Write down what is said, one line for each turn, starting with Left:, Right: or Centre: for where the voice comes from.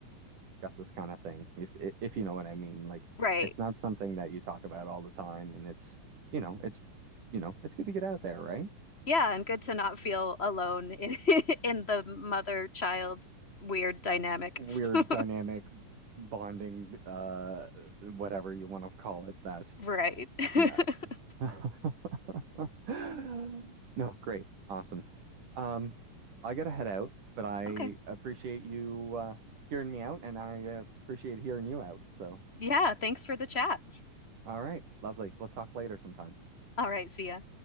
Right: discuss this kind of thing, if if you know what I mean. Like,
Left: Right.
Right: it's not something that you talk about all the time, and it's you know, it's you know, it's good to get out there, right?
Left: Yeah, and good to not feel alone in, <laughs> in the mother-child weird dynamic.
Right: Weird
Left: <laughs>
Right: dynamic bonding, uh, whatever you want to call it, that
Left: Right. <laughs>
Right: Yeah. <laughs> No, great. Awesome. Um, I gotta head out, but I
Left: Okay.
Right: appreciate you uh hearing me out and I uh, appreciate hearing you out. So,
Left: Yeah, thanks for the chat.
Right: all right, lovely. We'll talk later sometime.
Left: All right, see ya.